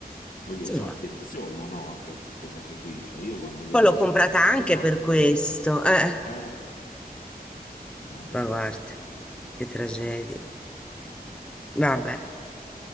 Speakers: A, on the left; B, in the centre.
A: come dire,
B: No.
A: si affeziona, no, anche a queste cose qui. Cioè, io quando
B: Poi
A: vedo,
B: l'ho comprata anche
A: ne so,
B: per questo. Eh,
A: eh, Madonna.
B: ma guarda, che tragedia. Vabbè,